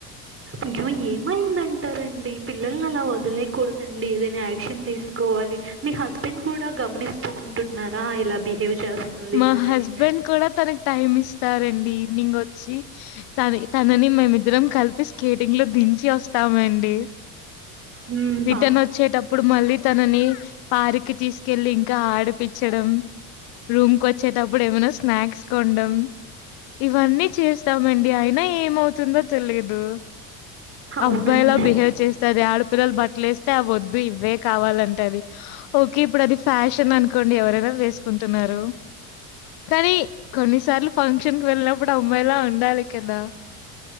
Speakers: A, on the right; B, on the left.
A: ఇంక ఏమైందంటారండి పిల్లల్ని అలా వదిలేయకూడదండి ఏదైనా యాక్షన్ తీసుకోవాలి మీ హస్బెండ్ కూడా గమనిస్తూ ఉంటున్నారా ఇలా బిహేవ్ చేస్తుంది
B: మా
A: తనని
B: హస్బెండ్ కూడా తనకి టైమ్ ఇస్తారంండి. ఈవినింగ్ వచ్చి త తనని మేమిద్దరం కలిపి కేటింగ్ లో దించి వస్తామండి.
A: మ్మ్,
B: రిటర్న్
A: పాప
B: వచ్చేటప్పుడు మళ్ళీ తనని పార్కి తీస్ కెళ్ళి ఇంకా ఆడిపిచ్చడం రూమ్కి వచ్చేటప్పుడు ఏమైనా స్నాక్స్ కొండం ఇవన్నీ చేస్తామండి అయినా ఏమవుతుందో తెలియదు
A: అవునండి
B: అబ్బాయిలా బిహేవ్ చేస్తది ఆడపిల్లలు బట్టలేస్తే అవ్వద్దు ఇవ్వె కావాలంటది ఓకే ఇప్పుడు అది ఫ్యాషన్ అనుకోండి ఎవరైనా వేసుకుంట టున్నారు. కానీ కొన్నిసార్లు ఫంక్షన్ కి వెళ్ళినప్పుడు అమ్మాయిలా ఉండాలి కదా